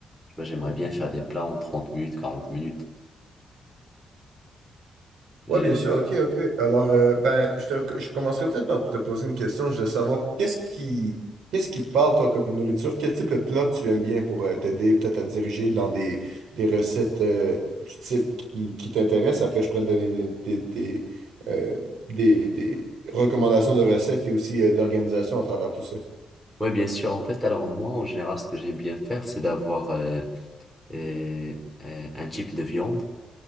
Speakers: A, in the centre; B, on the right.
A: Tu vois, j'aimerais bien faire des plats en 30 minutes, quarante minutes. Et...
B: Oui, bien sûr, ok, ok. Alors, euh, ben, je te- je commencerai peut-être par te poser une question. Je veux savoir, qu'est-ce qui, qu'est-ce qui te parle, toi, comme nourriture? Quel type de plat tu aimes bien pour euh, t'aider peut-être à te diriger dans des, des recettes euh, du type qui, qui t'intéresse? Après, je pourrais te donner des, des, des, euh, des- des recommandations de recettes et aussi euh, d'organisation à travers tout ça.
A: Ouais, bien sûr. En fait, alors moi, en général, ce que j'aime bien faire, c'est d'avoir euh, euh, euh, un type de viande.